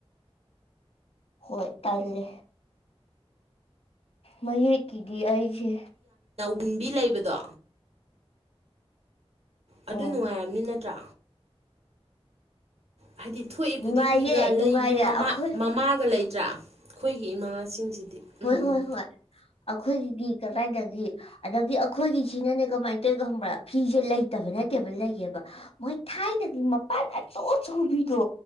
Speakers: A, on the left; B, on the right.
A: ꯍꯣꯏ ꯇꯥꯏꯦ ꯃꯌꯦꯛꯀꯤꯗꯤ ꯑꯩꯁꯦ
B: ꯄꯨꯟꯕꯤ ꯂꯩꯕꯗꯣ
A: ꯎꯝ
B: ꯑꯗꯨ ꯅꯨꯡꯉꯥꯏꯔꯃꯤꯅ ꯆ ꯍꯥꯏꯗꯤ ꯊꯣꯛꯏ
A: ꯅꯨꯡꯉꯥꯏꯌꯦ
B: ꯈꯨꯗꯤꯡꯒꯤꯒ ꯂꯩꯕꯤ
A: ꯅꯨꯡꯉꯥꯏꯌꯦ
B: ꯃꯃꯥ
A: ꯑꯩꯈꯣꯏ
B: ꯃꯃꯥꯒ ꯂꯩ ꯅꯠꯇ꯭ꯔꯥ ꯑꯩꯈꯣꯏꯒꯤ ꯏꯃꯥꯁꯤꯡꯁꯤꯗꯤ ꯎꯝ
A: ꯍꯣꯏ ꯍꯣꯏ ꯍꯣꯏ ꯑꯩꯈꯣꯏꯒꯤꯗꯤ ꯀꯗꯥꯏꯗꯗꯒꯤ ꯑꯗꯒꯤ ꯑꯩꯈꯣꯏꯒꯤꯁꯤꯅꯅꯦ ꯀꯃꯥꯏꯅ ꯇꯧꯔꯤꯅꯣ ꯈꯪꯕ꯭ꯔꯥ ꯐꯤꯁꯦ ꯂꯩꯇꯕ ꯅꯠꯇꯦꯕ ꯂꯩꯒꯦꯕ ꯃꯣꯏ ꯊꯥꯏꯅꯒꯤ ꯃꯄꯥꯟ ꯑꯆꯧ ꯑꯆꯧꯕꯤꯗꯣ